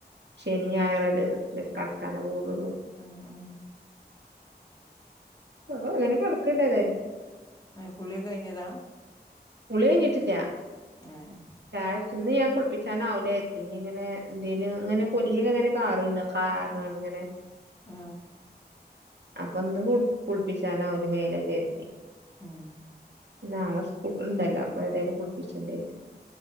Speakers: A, on the right; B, on the left.
A: ശനി ഞായർ അല്ലെ ഇത് <unintelligible> ക്കാൻ കൂടുള്ളൂ
B: ഉം ഉം
A: ആഹ് അങ്ങനെ കിടക്കണ്ടായതാ
B: കുളി കഴിഞ്ഞതാ
A: കുളി കഴിഞ്ഞിട്ടില്ല
B: ഏഹ്
A: ചായ കുടിച്ചോ ഇന്ന് ഞാൻ കുളിപ്പി ഞൻാവല എത്തി ഇനി ഇങ്ങനെ എന്തേലും ഇങ്ങനെ കൊല്ലിയൊക്കെ ഇങ്ങനെ കാറ കാറണ്ട് ഇങ്ങനെ
B: ആ
A: അപ്പൊ ഒന്ന് കുളിപ്പിച്ചാനാവൂല മേല കെർതി
B: ഉം
A: നാളെ ഉണ്ടല്ലോ അപ്പൊ ഏതായാലും കുളിപ്പിച്ചണ്ടെർത്തി